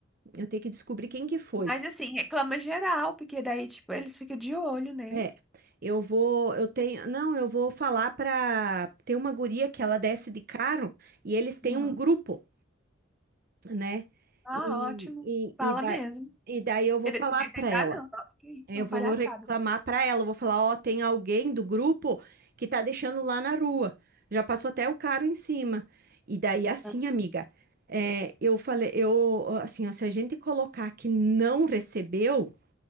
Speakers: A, on the right; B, in the centre.
A: Eu tenho que descobrir quem que foi.
B: Mas assim, reclama geral, porque daí, tipo, eles ficam de olho, né?
A: É, eu vou, eu tenho, não, eu vou falar pra. tem uma guria que ela desce de carro e eles têm
B: Uhum.
A: um grupo, né?
B: Ah,
A: E,
B: ótimo. Fala
A: e, e, da,
B: mesmo.
A: e daí eu vou
B: E
A: falar
B: desse jeito
A: pra
B: ainda
A: ela.
B: não. Nossa, que isso,
A: Eu
B: é uma
A: vou
B: palhaçada.
A: reclamar pra ela, eu vou falar, ó, tem alguém do grupo que tá deixando lá na rua. Já passou até o caro em cima. E daí assim,
B: Ah,
A: amiga, é, eu falei, eu assim, ó, se a gente colocar que não recebeu,